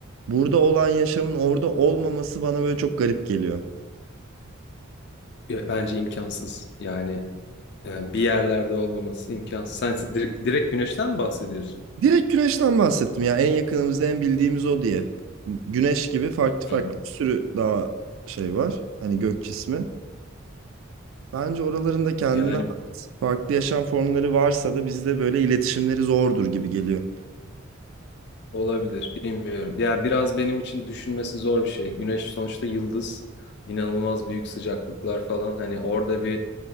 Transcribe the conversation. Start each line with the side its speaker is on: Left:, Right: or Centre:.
Right: burada olan yaşamın orada olmaması bana böyle çok garip geliyor.
Left: Ya Bence imkansız. Yani e, bir yerlerde olmaması imkansız. Sen direkt, direkt güneşten mi bahsediyorsun?
Right: Direkt güneşten bahsettim ya. En yakınımızda en bildiğimiz o diye. Güneş gibi farklı farklı
Left: Hı.
Right: bir sürü daha şey var. Hani gök cismi. Bence oralarında kendine
Left: Yani
Right: ait farklı yaşam formları varsa da bizde böyle iletişimleri zordur gibi geliyor.
Left: olabilir, bilmiyorum. Ya biraz benim için düşünmesi zor bir şey. Güneş sonuçta yıldız, inanılmaz büyük sıcaklıklar falan. Hani orada bir